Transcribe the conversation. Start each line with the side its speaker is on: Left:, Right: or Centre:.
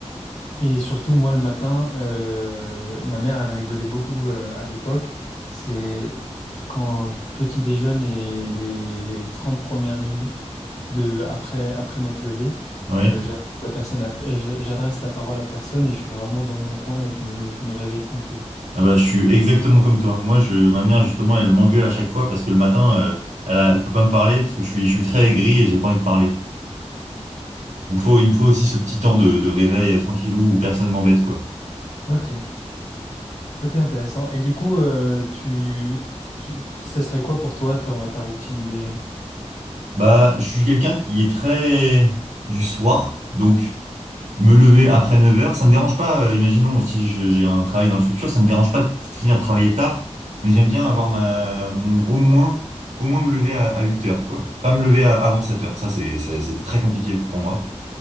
Left: et surtout, moi, le matin, euh, ma mère, elle rigolait beaucoup euh, à l'époque. C'est quand je- petit déjeune et les 30 premières minutes de, après, après m'être levé,
Right: Ouais.
Left: euh, j'adresse la personne à- j'a- j'adresse la parole à personne et je suis vraiment dans mon coin et je me, le- je me réveille tranquille.
Right: Ah bah, je suis exactement comme toi. Moi, je, ma mère, justement, elle m'engueule à chaque fois parce que le matin, euh, elle, a- elle peut pas me parler parce que je suis, je suis très aigri et j'ai pas envie de parler. Il me faut, il me faut aussi ce petit temps de, de réveil euh, tranquillou où personne m'embête, quoi.
Left: Ok, ok, intéressant. Et du coup, euh, tu, tu, ça serait quoi pour toi ta, ta routine idéale?
Right: Bah, je suis quelqu'un qui est très du soir, donc me lever après 9 heures, ça me dérange pas. euh, imaginons si je- j'ai un travail dans le futur, ça me dérange pas de finir de travailler tard, mais j'aime bien avoir ma, mon, au moins, au moins me lever à, à 8 heures, quoi. Pas me lever à- avant 7 heures. Ça, c'est, c'est c'est très compliqué pour moi.